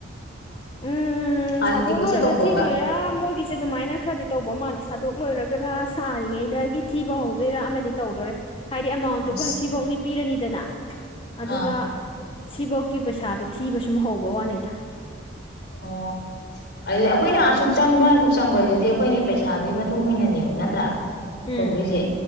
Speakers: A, on the left (about 30°); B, on the left (about 60°).
A: ꯎꯝ ꯎꯝ
B: ꯍꯥꯟꯅ
A: ꯁꯥꯗꯣꯛ
B: ꯗꯤꯄꯣꯖꯤꯠ
A: ꯂꯣꯏꯔꯒ
B: ꯇꯧꯊꯣꯛꯑꯒ
A: ꯊꯤꯗꯣꯏꯔꯥ ꯃꯣꯏꯒꯤꯁꯦ ꯑꯗꯨꯃꯥꯏꯅ ꯈꯔꯗꯤ ꯇꯧꯕ ꯃꯥꯜꯂꯦ ꯁꯥꯗꯣꯛ ꯂꯣꯏꯔꯒꯔꯥ ꯁꯥꯔꯤꯉꯩꯗꯒꯤ ꯊꯤꯕ ꯍꯧꯗꯣꯏꯔꯥ ꯑꯃꯗꯤ ꯇꯧꯗꯣꯏꯣꯔꯦ ꯍꯥꯏꯗꯤ ꯑꯦꯃꯥꯎꯟꯇꯣ
B: ꯑ
A: ꯑꯩꯈꯣꯏꯅ ꯁꯤꯐꯧꯅꯤ ꯄꯤꯔꯅꯤꯗꯅ ꯑꯗꯨꯒ
B: ꯑꯥ
A: ꯁꯤꯐꯧꯀꯤ ꯄꯩꯁꯥꯗꯣ ꯊꯤꯕ ꯁꯨꯝ ꯍꯧꯕ ꯋꯥꯅꯤꯗ
B: ꯑꯣ ꯑꯩꯅ ꯑꯩꯈꯣꯏꯅ ꯑꯁꯨꯛ ꯆꯪꯕ ꯆꯪꯕꯩꯗꯨꯗꯤ ꯑꯩꯈꯣꯏꯅꯦ ꯄꯩꯁꯥꯗꯨꯒꯤ ꯃꯇꯨꯡ ꯏꯟꯅꯅꯦꯕ ꯅꯠꯇ꯭ꯔꯥ
A: ꯎꯝ
B: ꯇꯧꯗꯣꯏꯁꯦ